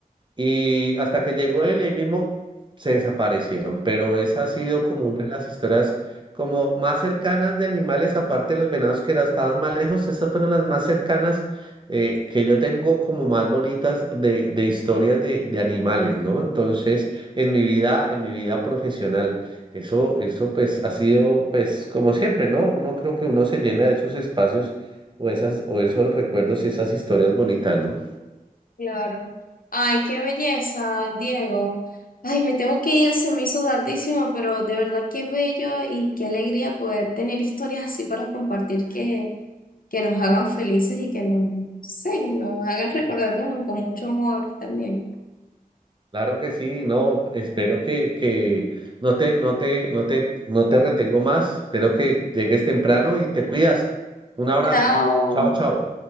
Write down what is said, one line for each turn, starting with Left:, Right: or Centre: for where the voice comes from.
Right: Y hasta que llegó él, ahí mismo se desaparecieron. Pero esa ha sido como una de las historias como más cercanas de animales, aparte de los venados que era- estaban más lejos, esas fueron las más cercanas eh, que yo tengo como más bonitas de, de historias de, de animales, ¿no? Entonces, en mi vida, en mi vida profesional, eso, eso pues ha sido pues como siempre, ¿no? Uno creo que uno se llena de esos espacios o esas, o esos recuerdos y esas historias bonitas, ¿no?
Left: Claro. Ay, qué belleza, Diego. Ay, me tengo que ir, se me hizo tardísimo, pero de verdad qué bello y qué alegría poder tener historias así para compartir que, que nos hagan felices y que nos, no sé, que nos hagan recordar con, con mucho amor también.
Right: Claro que sí, no, espero que, que no te, no te, no te, no te retengo más, espero que llegues temprano y te cuidas. Un abrazo.
Left: Chao.
Right: Chao, chao.